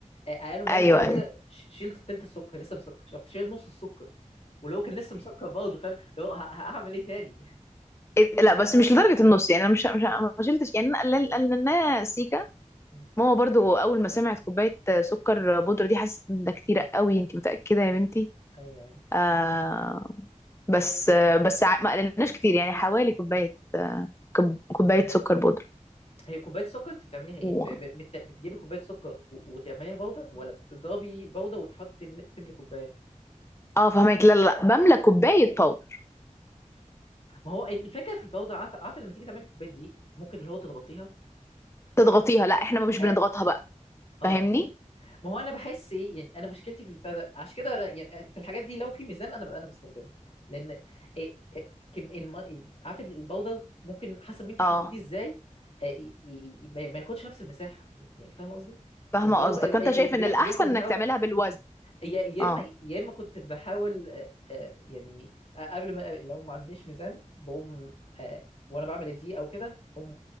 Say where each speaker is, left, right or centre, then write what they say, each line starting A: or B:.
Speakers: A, on the left (about 50°); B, on the left (about 20°).
A: آه، قالوا مال
B: ايوه
A: السكر
B: ايوه
A: ش- شيلت التلت السكر لسه مسكر شفت شايل نص السكر ولو كان لسه مسكر برضه فعلا لو ه- هعمل ايه تاني
B: إيه- لا بس مش لدرجه النص يعني انا مش مش ما شلتش يعني انا قلل- قللناها سيكا
A: مم.
B: ماما برضو اول ما سمعت كوبايه سكر بودره دي حست ان ده كتير قوي انت متاكده يا بنتي
A: ايوه ايوه
B: آه بس آه بس ع- ما قللناش كتير يعني حوالي كوبايه آه كوب- كوبايه سكر بودره
A: هي كوبايه سكر انت بتعمليها ايه
B: وما
A: ب- ب- بت- بتجيبي كوبايه سكر و- وتعمليها بودره ولا بتضربي بودره وتحطي تملي تملي كوبايه
B: اه فهمك لا لا لا بملى كوبايه باودر
A: ما هو الفكره في البودره عارفه عارفه لما تيجي تعملي الكوبايات دي ممكن اللي هو تضغطيها
B: تضغطيها لا احنا مش
A: اه
B: بنضغطها بقى
A: اه
B: فاهمني
A: ما هو انا بحس ايه يعني انا مشكلتي في البتاع عشان كده أنا- يعني آه، في الحاجات دي لو في ميزان انا انا بستخدمه لان إيه إيه كم الم... عارفه البودر ممكن حسب ما انت
B: اه
A: حطيتيه ازاي آه، ي- ي- ما ما ياخدش نفس المساحه يعني يعني فاهم قصدي
B: فاهمه
A: البودر
B: قصدك
A: ال-
B: فانت
A: إيه- إيه
B: شايف ان
A: بياخد
B: الاحسن
A: بياخد
B: انك
A: هواء
B: تعملها بالوزن
A: يا يا
B: اه
A: اما يا اما كنت بحاول آه، آه، يعني آه، قبل ما لو ما عنديش ميزان بقوم آه، وانا بعمل دي او كده اقوم